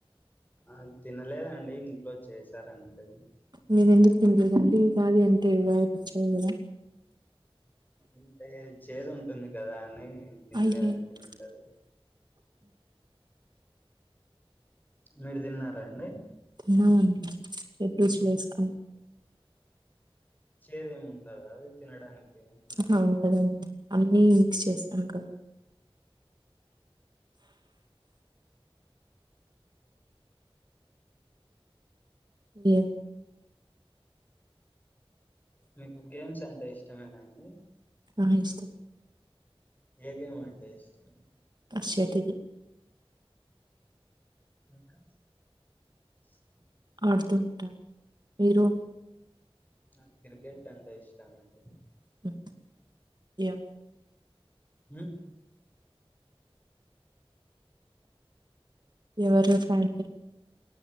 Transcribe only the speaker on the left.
ఆ తినలేదండి ఇంట్లో చేశారంతే
అంటే.. చేదు ఉంటుంది కదా అని నేను తినలేదండి
ఇంకా అది మీరు తిన్నారా అండి?
చేదేముండదా అది తినడానికి
మీకు గేమ్స్ అం అంటే ఇష్టమైన అండి
ఏ గేమ్ అంటే ఇష్టం
ఇంకా షే
నా క్రికెట్ అంటే ఇష్టం అండి
ఊ